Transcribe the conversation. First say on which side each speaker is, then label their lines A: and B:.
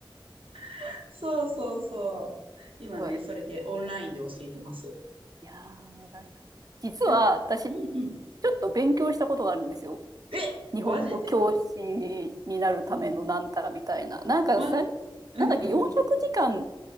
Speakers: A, on the right (about 80°); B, on the right (about 45°).
A: <laughs> そうそうそう。今ね、
B: はい。
A: それでオンラインで教えてます。
B: いやー、偉いな。実は私、
A: なんかうんうん。
B: ちょっと勉強したことがあるんですよ。
A: えマジで。
B: 日本語教師になるためのなんたらみたいな。
A: うん。
B: なんかさ、
A: わ、うんうん。
B: なんだっけ、400時間